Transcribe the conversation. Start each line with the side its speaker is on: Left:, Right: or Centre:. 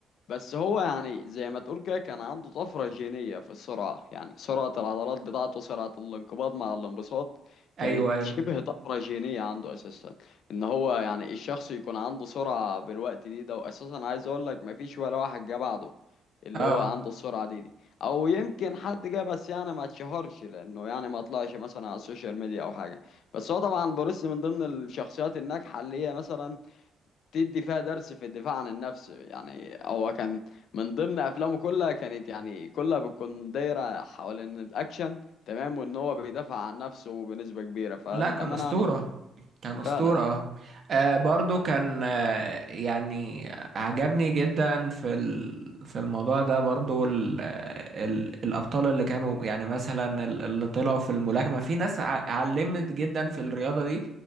Left: بس هو يعني زي ما تقول كده كان عنده طفرة جينية في السرعة يعني سرعة العضلات بتاعته سرعة الانقباض مع الانبساط كانت
Right: ايوه ايوه
Left: شبه طفرة جينية عنده أساسا إن هو يعني الشخص يكون عنده سرعة بالوقت دي ده وأساسا عايز أقول لك مفيش ولا واحد جه بعده اللي
Right: اه
Left: هو عنده السرعة دي دي أو يمكن حد جه بس يعني ما اتشهرش لأنه يعني ما طلعش مثلا على السوشيال ميديا أو حاجة بس هو طبعا بروس من ضمن الشخصيات الناجحة اللي هي مثلا تدي فيها درس في الدفاع عن النفس يعني هو كان من ضمن افلامه كلها كانت يعني كلها بتكون دايره حوالين الاكشن تمام وان هو بيدافع عن نفسه بنسبه كبيره فللامانه
Right: لا كان أسطورة
Left: يعني
Right: كان أسطورة
Left: فعلا
Right: اه آه، برضو كان آه يعني عجبني جدا في ال- في الموضوع ده برضو ال آه، ال الأبطال اللي كانوا يعني مثلا ال- اللي طلعوا في الملاكمة في ناس ع- علمت جدا في الرياضة دي